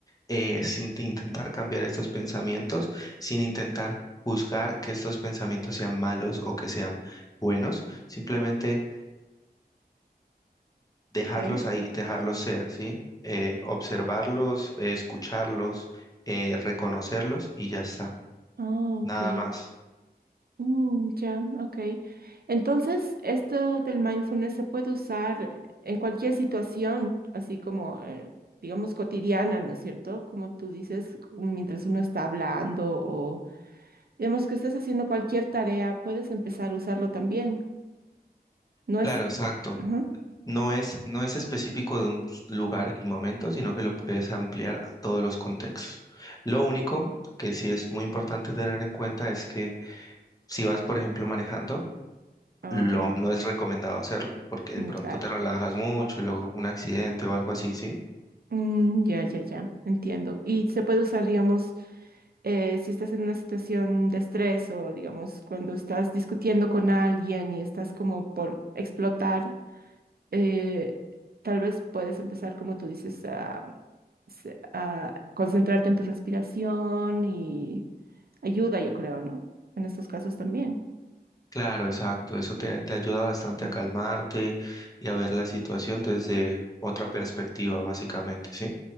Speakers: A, on the left (about 20°); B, on the right (about 65°).
A: eh, sin te- intentar cambiar estos pensamientos, sin intentar juzgar que estos pensamientos sean malos o que sean buenos, simplemente dejarlos
B: ok.
A: ahí, dejarlos ser, ¿sí? Eh, observarlos, eh, escucharlos, eh, reconocerlos y ya está,
B: Ah,
A: nada
B: ok.
A: más.
B: Mm, ya, ok. Entonces, esto del mindfulness se puede usar en cualquier situación, así como, eh, digamos, cotidiana, ¿no es cierto? Como tú dices, mientras uno está hablando o, digamos, que estés haciendo cualquier tarea, puedes empezar a usarlo también. No
A: Claro,
B: es...
A: exacto.
B: Ujú.
A: No es, no es específico de un lugar y momento, sino que lo puedes ampliar a todos los contextos. Lo único que sí es muy importante tener en cuenta es que si vas, por ejemplo, manejando,
B: Ah,
A: lo,
B: Ok,
A: no es recomendado hacerlo, porque de
B: Mm,
A: pronto
B: claro.
A: te relajas mucho y luego un accidente o algo así, ¿sí?
B: Mm, ya, ya, ya, entiendo. Y se puede usar, digamos, eh, si estás en una situación de estrés o, digamos, cuando estás discutiendo con alguien y estás como por explotar, eh, tal vez puedes empezar, como tú dices, a, se- a concentrarte en tu respiración y ayuda, yo creo, ¿no? En estos casos también.
A: Claro, exacto, eso te, te ayuda bastante
B: Mm.
A: a calmarte y a ver la situación desde otra perspectiva, básicamente, ¿sí?